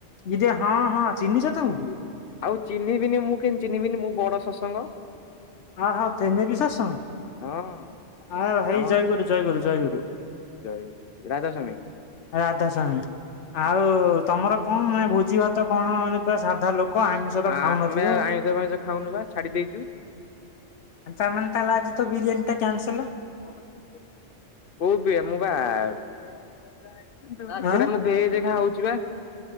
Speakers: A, on the left (about 80°); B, on the left (about 55°).
A: ଇରେ ହଁ ହଁ ଚିିହ୍ନିଛ ତାଙ୍କୁ କି?
B: ଆଉ ଚିହ୍ନିବିନି ମୁଁ କେମିତି ଚିହ୍ନିବିନି ମୁଁ ବଡ ସତ୍ସଙ୍ଗ।
A: ଆ ହ ତମେ ବି ସସ୍ତଙ୍ଗ।
B: ହଁ
A: ଆ ହେଇ
B: ଆମ
A: ଜୟଗୁରୁ ଜୟଗୁରୁ ଜୟଗୁରୁ।
B: <unintelligible>
A: ରାଧା ସ୍ୱାମୀ ଆଉ ତମର କଣ ମାନେ ଭୋଜି ଭାତ କଣ ମାନେ ତ ସାଧା ଲୋକ ଆମିଷ ତ
B: ଆମେ
A: ଖାଉନଥିବ।
B: ଆଇଁଷ ଫାଇଁଷ ଖାଉନୁ ବା ଛାଡି ଦେଇଛୁ
A: ତାମାନେ ତାଲା ଆଜି ତ ବିରିୟାନୀ ଟା କ୍ୟାନ୍ସଲ।
B: କୋଉ ବିିଏ ମୁଁ ପା <unintelligible>
A: ଆଁ
B: ସେଟା ମୁଁ ଏ ଜେଗା ହଉଛି ବା।